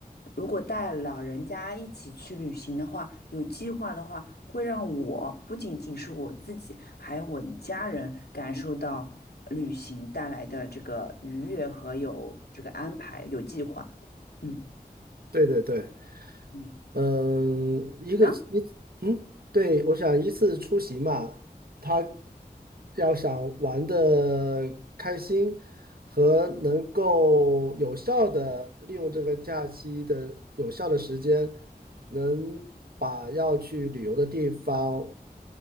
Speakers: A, on the left (about 85°); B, on the right (about 70°).
A: 如果带老人家一起去旅行的话，有计划的话，会让我不仅仅是我自己，还有我的家人感受到旅行带来的这个愉悦和有这个安排、有计划。嗯
B: 对对对，
A: 嗯
B: 嗯，一个一嗯，
A: 啊，
B: 对，我想一次出行嘛，他要想玩的开心和能够有效的利用这个假期的有效的时间，能把要去旅游的地方